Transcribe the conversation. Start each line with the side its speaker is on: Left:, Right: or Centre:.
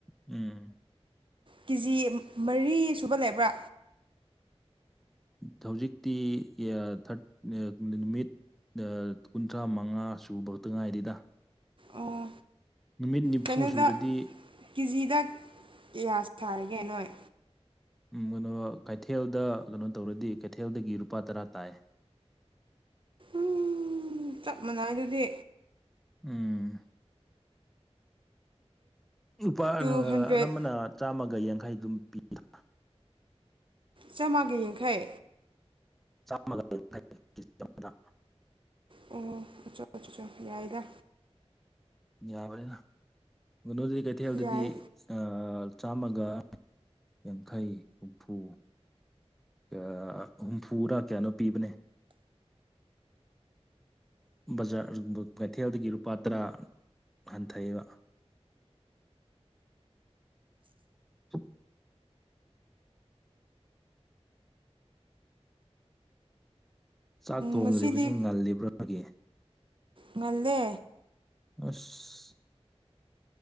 Centre: ꯎꯝ
Right: ꯀꯦꯖꯤ ꯃꯔꯤ ꯁꯨꯕ ꯂꯩꯕ꯭ꯔꯥ
Centre: ꯍꯧꯖꯤꯛꯇꯤ ꯊꯥꯔꯠ ꯅꯨꯃꯤꯠ ꯀꯨꯟꯊ꯭ꯔꯥ ꯃꯉꯥ ꯁꯨꯕꯛꯇ ꯉꯥꯏꯔꯤꯗ
Right: ꯑꯣ
Centre: ꯅꯨꯃꯤꯠ ꯅꯤꯐꯨ
Right: ꯀꯩꯅꯣꯗ
Centre: ꯁꯨꯔꯗꯤ
Right: ꯀꯦꯖꯤꯗ ꯀꯌꯥ ꯁꯥꯔꯒꯦ ꯅꯣꯏ
Centre: ꯎꯝ ꯃꯥꯅꯣ ꯀꯩꯊꯦꯜꯗ ꯀꯩꯅꯣ ꯇꯧꯔꯗꯤ ꯀꯩꯊꯦꯜꯗꯒꯤ ꯂꯨꯄꯥ ꯇꯔꯥ ꯇꯥꯏ
Right: ꯎ ꯆꯞ ꯃꯥꯟꯅꯩꯗꯨꯗꯤ
Centre: ꯎꯝ ꯂꯨꯄꯥ
Right: ꯇꯨ ꯍꯟꯗ꯭ꯔꯦꯠ
Centre: ꯑꯅꯝꯕꯅ ꯆꯥꯝꯃꯒ ꯌꯥꯡꯈꯩ ꯑꯗꯨꯝ ꯄꯤꯗꯥ
Right: ꯆꯥꯝꯃꯒꯌꯥꯡꯈꯩ
Centre: ꯆꯥꯝꯃꯒ ꯌꯥꯡꯈꯩ ꯀꯦꯖꯤ ꯑꯃꯗ
Right: ꯑꯣ ꯑꯆꯥ ꯑꯆꯥ ꯌꯥꯏꯗ
Centre: ꯌꯥꯕꯅꯤꯅ ꯒꯨꯅꯣꯗꯗꯤ ꯀꯩꯊꯦꯜꯗꯗꯤ
Right: ꯌꯥꯏ
Centre: ꯑꯥ ꯆꯥꯝꯃꯒ ꯌꯥꯡꯈꯩ ꯍꯨꯝꯐꯨ ꯌꯥ ꯍꯨꯝꯐꯨꯔꯥ ꯀꯌꯥꯅꯣ ꯄꯤꯕꯅꯦ ꯕꯖꯥꯔ ꯕ ꯀꯩꯊꯦꯜꯗꯒꯤ ꯂꯨꯄꯥ ꯇꯔꯥ ꯍꯟꯊꯩꯑꯦꯕ <inaudible> ꯆꯥꯛ ꯊꯣꯡꯗꯔꯤꯕꯁꯤ
Right: ꯉꯁꯤꯗꯤ
Centre: ꯉꯜꯂꯤꯕ꯭ꯔꯥꯒꯤ
Right: ꯉꯜꯂꯦ
Centre: ꯑꯁ